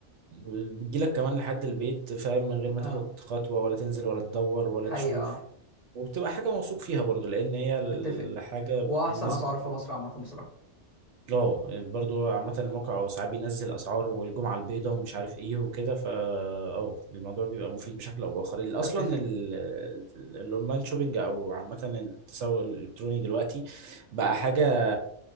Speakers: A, on the right (about 70°); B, on the left (about 30°).
A: بتجيلك كمان لحد البيت فاهم من
B: <laughs>
A: غير ما
B: اه
A: تاخد خطوة ولا تنزل ولا تدور ولا
B: حقيقه
A: تشوف
B: اه
A: وبتبقى حاجة موثوق فيها برضو لأن هي الحاجة
B: اتفق واحسن
A: بالنسبة
B: اسعار في مصر عامه بصراحه
A: اه برضو عامة الموقع ساعات بينزل أسعار والجمعة البيضاء ومش عارف ايه وكده فا اه الموضوع بيبقى مفيد بشكل أو بآخر ال- أصلا
B: اتفق
A: ال- ال- الأونلاين شوبينج أو عامة التسوق الإلكتروني دلوقتي بقى حاجة